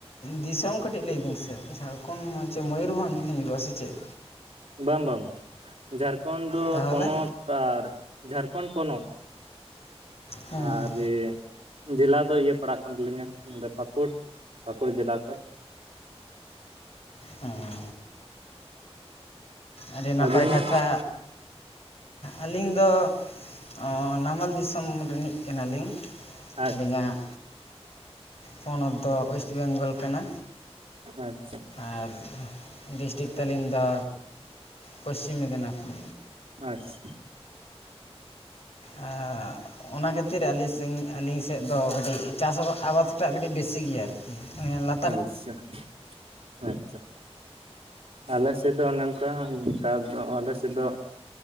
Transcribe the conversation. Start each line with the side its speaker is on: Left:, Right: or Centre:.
Left: ᱫᱤᱥᱚᱢ ᱠᱟᱹᱴᱤᱡ ᱞᱟᱹᱭ ᱵᱤᱱ ᱥᱮ ᱡᱷᱟᱲᱠᱷᱚᱸᱰ ᱢᱚ ᱪᱮ ᱢᱚᱭᱩᱨᱵᱷᱚᱸᱡᱽ ᱵᱤᱱ ᱧᱩᱨᱩᱜᱼᱟ ᱥᱮ ᱪᱮᱫ?
Right: ᱵᱟᱝ ᱵᱟᱝ ᱡᱷᱟᱨᱠᱷᱚᱸᱰ ᱫᱚ
Left: ᱛᱟᱦᱚᱞᱮ
Right: ᱯᱚᱱᱚᱛ, ᱟᱨ ᱡᱷᱟᱨᱠᱷᱚᱸᱰ ᱯᱚᱱᱚᱛ ᱾
Left: ᱦᱮᱸ
Right: ᱟᱨ
Left: ᱦᱮᱸ
Right: ᱨᱤ ᱡᱮᱞᱟ ᱫᱚ ᱤᱭᱟᱹ ᱯᱟᱲᱟᱜ ᱠᱟᱱ ᱛᱟᱹᱞᱤᱤᱧᱟ ᱱᱚᱸᱰᱮ ᱯᱟᱠᱩᱲ, ᱯᱠᱩᱲ ᱡᱮᱞᱟ ᱠᱷᱚᱡ᱾
Left: ᱚ ᱟᱹᱰᱤ ᱱᱟᱯᱟᱭ
Right: ᱟᱹᱵᱤᱱ
Left: ᱠᱟᱛᱷᱟ
Right: ᱫᱚ
Left: ᱟᱹᱞᱤᱧ ᱫᱚ ᱚᱸ ᱱᱟᱢᱟᱞ ᱫᱤᱥᱚᱢ ᱨᱤᱱᱤᱡ ᱠᱟᱱᱟ ᱞᱤᱧ ᱾
Right: ᱟᱪᱪᱷᱟ
Left: ᱟᱹᱞᱤᱧᱟᱜ ᱯᱚᱱᱚᱛ ᱫᱚ ᱳᱭᱮᱥᱴ ᱵᱮᱝᱜᱚᱞ ᱠᱟᱱᱟ
Right: ᱟᱪᱪᱷᱟ
Left: ᱟᱨ ᱰᱤᱥᱴᱤᱠ ᱛᱟᱹᱞᱤᱢ ᱫᱚ ᱯᱚᱥᱪᱤᱢ ᱢᱮᱫᱽᱱᱟᱯᱩᱨ᱾
Right: ᱟᱪᱷᱟ
Left: ᱟᱻ ᱚᱱᱟ ᱠᱷᱟᱹᱛᱤᱨ ᱟᱞᱤ ᱥᱮᱝ ᱟᱹᱞᱤᱧ ᱥᱮᱫ ᱫᱚ ᱠᱟᱹᱴᱤᱡ ᱪᱟᱥ ᱟᱵᱟᱫᱴᱟᱜ ᱠᱟᱹᱴᱤᱡ ᱵᱮᱥᱤ ᱜᱮᱭᱟ ᱟᱨ ᱠᱤ ᱱᱤᱭᱟᱹ ᱞᱟᱛ
Right: ᱟᱪᱷᱟ ᱦᱮ ᱛᱚ ᱟᱞᱮ ᱥᱮᱫ ᱫᱚ ᱚᱱᱮ ᱚᱱᱠᱟ ᱱᱮᱛᱟᱨ ᱫᱚ ᱟᱞᱮ ᱥᱮᱫ ᱫᱚ